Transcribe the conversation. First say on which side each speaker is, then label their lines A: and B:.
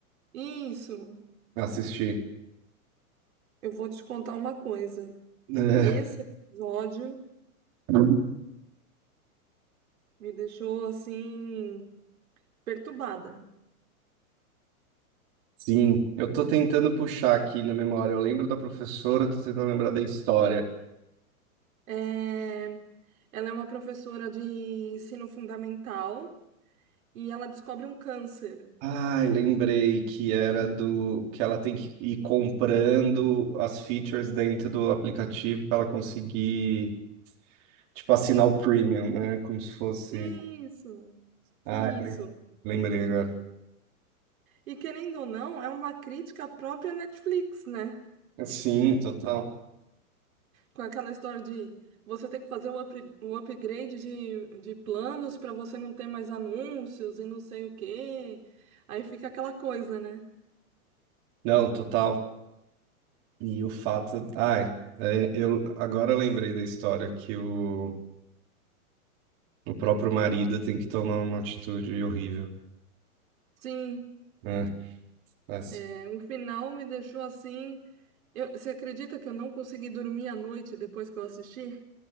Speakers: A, on the right; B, on the right.
A: Isso,
B: Assisti.
A: eu vou te contar uma coisa.
B: É,
A: Esse episódio
B: <laughs>
A: me deixou assim, perturbada.
B: Sim, eu tô tentando puxar aqui na memória. Eu lembro da professora, tô tentando lembrar da história.
A: É, Ela é uma professora de ensino fundamental e ela descobre um câncer.
B: Ai, lembrei que era do que ela tem que ir comprando as features dentro do aplicativo para ela conseguir, tipo, assinar o premium, né? Como se fosse.
A: Isso,
B: Ai,
A: isso.
B: lem- lembrei agora.
A: E querendo ou não, é uma crítica à própria Netflix, né?
B: Sim, total.
A: Com aquela história de você ter que fazer um, up, um upgrade de, de planos para você não ter mais anúncios e não sei o quê. Aí fica aquela coisa, né?
B: Não, total. E o fato. Ai, é, eu agora eu lembrei da história que o O próprio marido tem que tomar uma atitude horrível.
A: Sim,
B: É, mas,
A: é, o final me deixou assim. Eu, você acredita que eu não consegui dormir à noite depois que eu assisti?